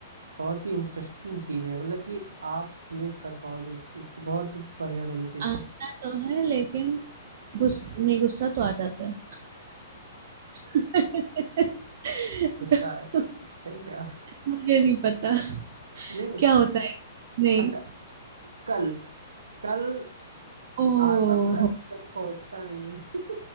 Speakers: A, on the right; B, on the right.
A: बहुत ही इंटरेस्टिंग चीज है मतलब कि आप रिलेट कर पाओगे उस चीज से बहुत ही बढ़िया तरीके
B: आता
A: से
B: तो है लेकिन गुस नहीं गुस्सा तो आ जाता है <laughs>
A: गुस्सा
B: तो
A: है सही कहा
B: मुझे नहीं पता
A: नहीं पता
B: क्या होता है नहीं
A: अच्छा कल कल
B: ओ
A: आता तो है कभी पहुंचता नहीं है